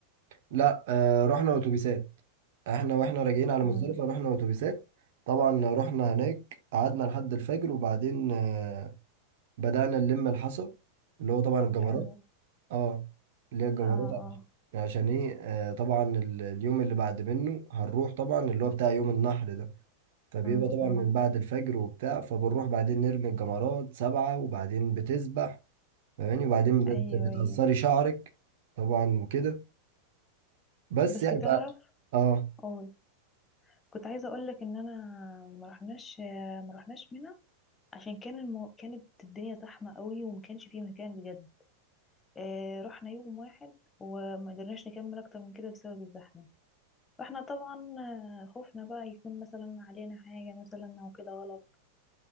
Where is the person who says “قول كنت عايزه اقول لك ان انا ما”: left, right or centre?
Left